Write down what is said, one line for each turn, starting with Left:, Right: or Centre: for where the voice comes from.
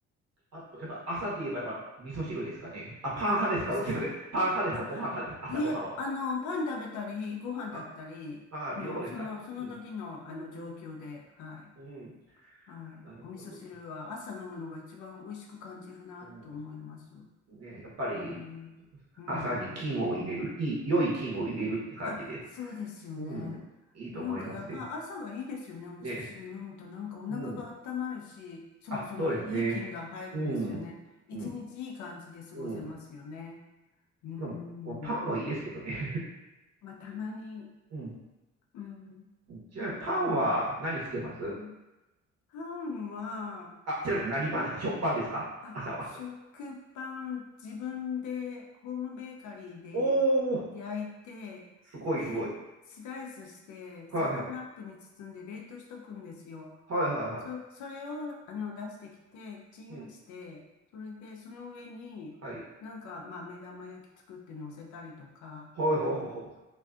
Right: あと、やっぱ朝で言えば、やっぱ味噌汁ですかね。あ、パン派ですかすみません。
Left: あ、味噌汁。
Right: パン派ですかご飯派ですか朝ごはんは。
Left: あ、いえ、あの、パン食べたり、ご飯だったり、
Right: あ、あ、
Left: あの、
Right: 両方ですかうん。
Left: その、その時の、
Right: うん。
Left: あの、状況で、はい。
Right: うん。
Left: はい。
Right: なるほど。
Left: お味噌汁は朝飲むのが一番美味しく感じるなって思います。
Right: うん。
Left: う
Right: ね、やっぱり。
Left: ーん。うーん。
Right: 朝に金を入れる、いい、良い金を入れるって感じで、
Left: あ、そうですよね。
Right: うん、いいと思いますね。
Left: なんかやっぱ朝がいいですよね。お味噌汁飲むとなんかお腹が温まるし、
Right: ね、うん。
Left: そう、
Right: あ、
Left: そのいい菌が入るんですよね。
Right: そうですね。うん、
Left: 一日いい感じで過ごせますよね。
Right: うん、うん。
Left: うーん。
Right: でも、パンもいいですけどね。
Left: まあたまに、
Right: <laughs> うん。
Left: うん、
Right: ちなみにパンは何つけます
Left: うん。うんパンは、
Right: あ、ちなみに何パンですか食パンですか朝は。
Left: あ、食パン自分でホームベーカリーで
Right: おー、
Left: 焼いて、
Right: すごいすごい。
Left: で、スライスしてサランラップに包んで冷凍しとくんですよ。
Right: はいはい。はいはいは
Left: そ、それを、あの、出してきて、チンして、
Right: い。うん。
Left: それで、その上に、
Right: はい。
Left: なんか、まあ、目玉焼き作って乗せたりとか、
Right: はいはいはいはい。
Left: まあ、